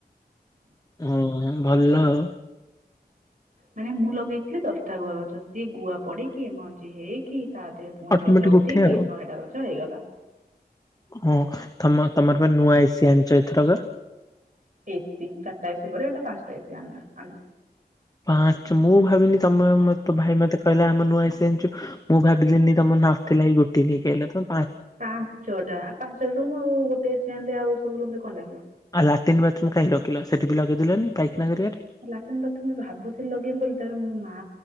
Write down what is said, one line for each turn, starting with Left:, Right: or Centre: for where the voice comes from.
Left: ହଁ ଭଲ ଆଉ।
Right: ମାନେ ମୁଁ ଲଗେଇଥିଲି ଦଶଟା ଗୁଆ ଗଛ ସିଏ ଗୁଆ ପଡିକି ମଞ୍ଜି ହେଇକି। ତା ଦେହରେ ପୁଣି
Left: ଅଟୋମେଟିକ
Right: ଗଛ ଉଠିକି
Left: ଉଠେ ଆଉ।
Right: ଶହେଟା ଗଛ ହେଇଗଲା।
Left: ହଁ ତମ ତମର ପା ନୂଆ ଏସି ଆଣିଚ ଏଥରକ।
Right: ଏସିି ଚରିଟା ଏସି ପରେ ଏଟା ପାଞ୍ଚଟା ଏସି ଆଣିଲ ଆଣିଲୁ।
Left: ପାଞ୍ଚ ମୁଁ ଭାବିନି ତମ
Right: ହଁ।
Left: ମତ ଭାଇ ମତେ କହିଲା ଆମେ ନୂଆ ଏସି। ଯାଣିଚୁ ମୁଁ ଭାବିଲିନି ତମ ନାଥିଲା ଏଇ ଗୋଟି ନେଇକି ଆଇଲ ତ।
Right: ପାଞ୍ଚଟା ପାଞ୍ଚ ରୁମ୍ ଆଉ ଗୋଟେ ଏସି ଆଣିଲେ ଆଉ ସବୁ ରୁମ ରେ କଣ ଲାଗିବ।
Left: ଆ ଲାଟିନ୍ ବାଥରୁମ୍ କାଇଁ ରଖିଲ ସେଠିବି ଲଗେଇ ଦେଲନି ପାଇଖିନା ଯରିଆରେ।
Right: ଲାଟିନ୍ ବାଥରୁମ ଭାବୁଥିଲି ଲଗେଇମି ବୋଲି ତାରେ ମୋ ମା